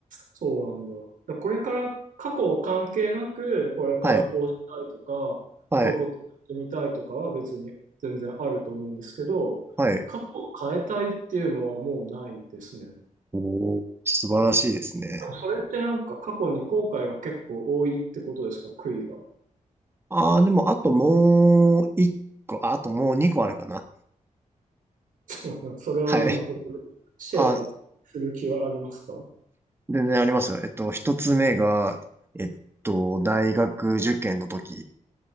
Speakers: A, on the right; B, on the right.
A: そうなんだ。だからこれから過去関係なく、これからこうしたいとか、
B: はい、はい、
A: こういうことやってみたいとかは別に全然あると思うんですけど、
B: はい。
A: 過去を変えたいっていうのはもうないですね。
B: おお、素晴らしいですね。
A: それってなんか過去に後悔が結構多いってことですか、悔いが。
B: ああ、でも、あともう一個、ああともう二個あるかな。
A: <laughs> それは今ここでシェアする気はありますかは
B: はい。あ、全然ありますよ。えっと、一つ目が、えっと、大学受験の時。